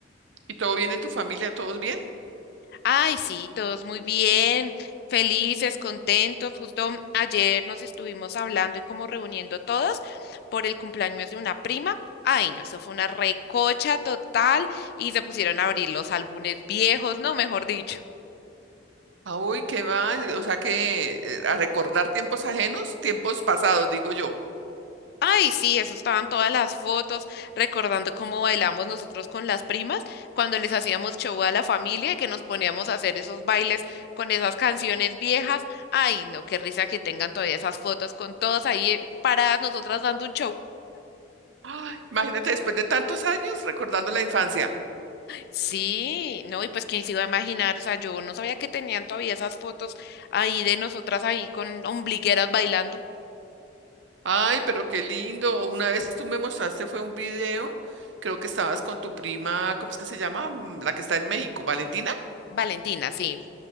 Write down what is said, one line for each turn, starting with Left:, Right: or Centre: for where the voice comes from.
Right: ¿y todo bien en tu familia? ¿Todos bien?
Left: Ay, sí, todos muy bien, felices, contentos. Justo ayer nos estuvimos hablando y como reuniendo todos por el cumpleaños de una prima. Ay, no, eso fue una recocha total y se pusieron a abrir los álbumes viejos, no, mejor dicho.
Right: Ah, uy, qué va, o sea que eh, a recordar tiempos ajenos, tiempos pasados, digo yo.
Left: Ay, sí, eso estaban todas las fotos, recordando cómo bailamos nosotros con las primas, cuando les hacíamos show a la familia y que nos poníamos a hacer esos bailes con esas canciones viejas. Ay, no, qué risa que tengan todavía esas fotos con todas ahí eh, paradas nosotras dando un show.
Right: Ay, imagínate después de tantos años recordando la infancia.
Left: Sí, no, y pues quién se iba a imaginar, o sea, yo no sabía que tenían todavía esas fotos ahí de nosotras ahí con ombligueras bailando.
Right: Ay, pero qué lindo. Una vez tú me mostraste fue un video, creo que estabas con tu prima, ¿cómo es que se llama? Mm, La que está en México, Valentina.
Left: Valentina, sí.